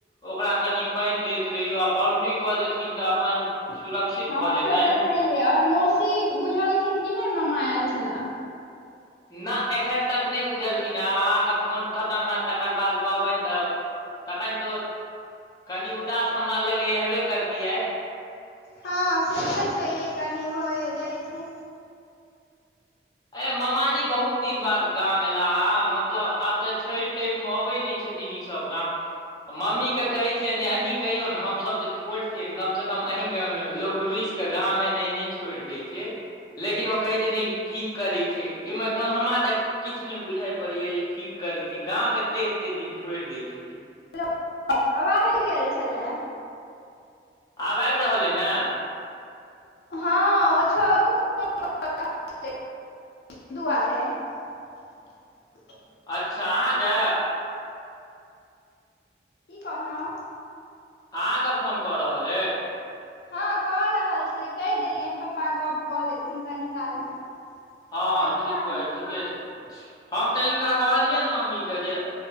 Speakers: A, on the left; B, on the left.
A: ओकरा कनि पानि दैत रहितो आ बाउण्ड्री कऽ देथिन तऽ- अपन
B: हँ,
A: सुरक्षित भऽ
B: से
A: जेतनि
B: तऽ छैहे। आओर मौसी बुझलखिन कि नहि मामा आयल छै- छला?
A: ना, एखन तक नहि बुझलखिन हेँ। आब अहाँके फोन खतम हैत, तकर बाद कहबनि तऽ- तखनि तऽ, कनि उदास हमरा लगैए हेबे करती आइ।
B: हँ, से तऽ छैहे। कनी भए जाइत छै।
A: आइ मामाजी बहुत दिन बाद गाम अएला हे, मतलब आब तऽ छठि-तठिमे अबैत नहि छ थिन ईसभ गाम। मम्मी केँ कहै छियनि, जे अहीँ कहियौन ने, हमसभ तऽ छोट छियनि। कमसँ कम अहीँ कहियौन ने, लोक रुसि- कऽ गाम एनाइ नहि छोड़ि दैत छै, लेकिन ओ कहै छथिन- ठीक करैत छै। इमे कोन हमरा तऽ किछु ने बुझाय पड़ैए, जे ठीक- करै छै। गाम एतेक एतेक दिन छोड़ि दैत छे
B: <unintelligible> मतलब आवाजे नहि गेल छलए।
A: आब आबि रहल अइ ने?
B: हँ, ओ छ <unintelligible> <unintelligible> दुआरे।
A: अच्छा, अहाँके?
B: की कहलहुँ?
A: अहाँकेँ फोन कऽ रहल अइ?
B: हँ, कऽ रहल छलै। कहि देलियनि पप्पा गप्प कऽ लेथिन कनि कालमे।
A: हँ
B: कनि
A: हँ, ठीक
B: कालमे
A: क ठीके
B: हँ
A: छै। हम तऽ हिनका कहलियनि मम्मीकेँ जे-